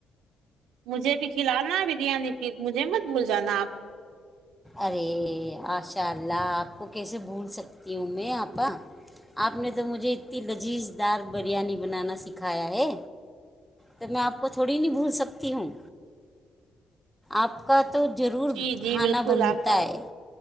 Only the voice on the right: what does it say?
مجھے بھی کھلانا ہے بریانی پھر مجھے مت بھول جانا آپ
جی جی
بالکل
آپ